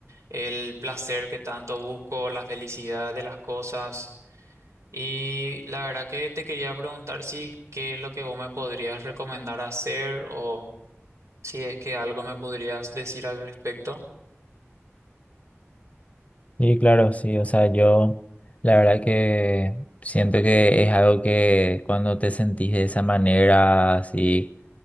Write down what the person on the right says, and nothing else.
el placer que tanto busco, la felicidad de las cosas. Y la verdad que te quería preguntar si qué es lo que vos me podrías recomendar hacer o si es que algo me podrías decir al respecto.